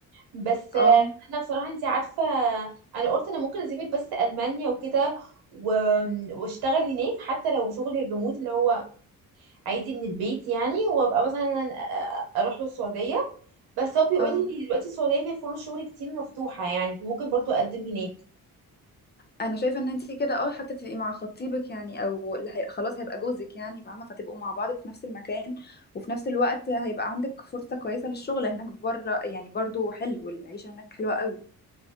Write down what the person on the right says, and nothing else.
بس
آه، انا بصراحه انت عارفه انا قلت انا ممكن اسافر بس المانيا وكده و- واشتغل هناك حتى لو شغل الريموت اللي هو عادي من البيت يعني وابقى مثلا آه، اروح له السعوديه بس هو بيقول
لي ان دلوقتي السعوديه فيها فرص شغل كتير مفتوحه يعني فممكن برضو اقدم هناك